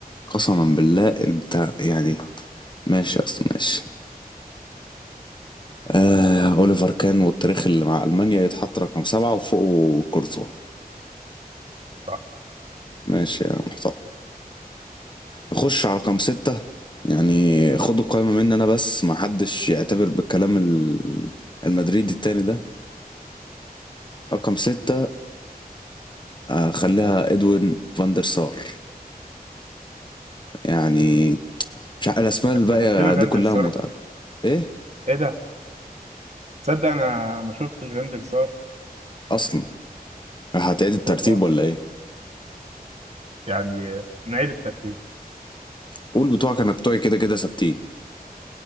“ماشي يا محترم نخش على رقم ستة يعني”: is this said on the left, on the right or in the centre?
Left